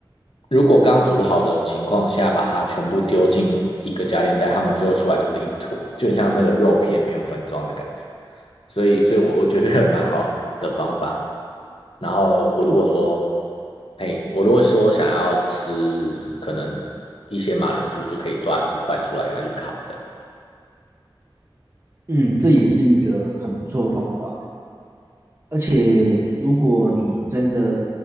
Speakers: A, on the left (about 85°); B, on the right (about 30°).
A: 如果刚煮好的情况下把它全部丢进一个家电袋，它们最后出来就是一坨，就很像那个肉片没有分装的感觉，所以，所以我我觉得这个蛮好的方法。然后我如果说，
B: 就
A: 嘿，我如果说想要吃可能一些马铃薯，就可以抓几块出来给它去烤，这样。
B: 嗯，这也是一个很不错的方法。而且，如果你真的